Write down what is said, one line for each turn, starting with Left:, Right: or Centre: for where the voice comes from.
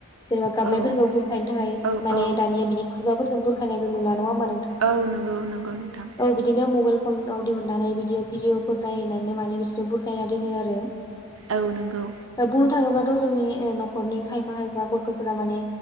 Left: जेनेबा गाबनायफोरखौ
Right: औ
Left: बुरखायनो थाखाय
Right: औ
Left: माने
Right: औ
Left: दानिया बिदि खुगाफोरजों बुरखानायखौ नुला नङा होमबा नो
Right: औ नंगौ नंगौ नोंथां
Left: औ बिदिनो मबाइल फनाव दिहुननानै बिदि भिडिअफोर नायहोनानैनो माने बिसोरो बुरखायना दोनो आरो
Right: औ नंगौ
Left: दा बुंनो थाङोब्लाथ' जोंनि न'खरनि खायफा खायफा गथ'फोरा माने।